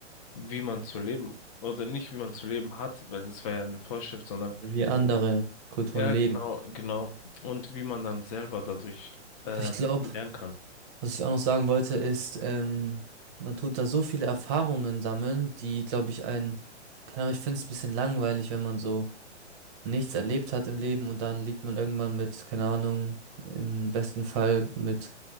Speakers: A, on the left; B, on the right.
A: wie man zu leben oder nicht, wie man zu leben hat, weil das war ja eine Vorschrift, sondern
B: wie andere Kulturen
A: ja,
B: leben.
A: genau, genau. Und wie man dann selber dadurch ähm,
B: Ich glaube,
A: lernen kann.
B: Was ich auch noch sagen wollte, ist, ähm, man tut da so viele Erfahrungen sammeln, die, glaube ich, einen, keine Ahnung, ich finde es ein bisschen langweilig, wenn man so nichts erlebt hat im Leben und dann liegt man irgendwann mit, keine Ahnung, im besten Fall mit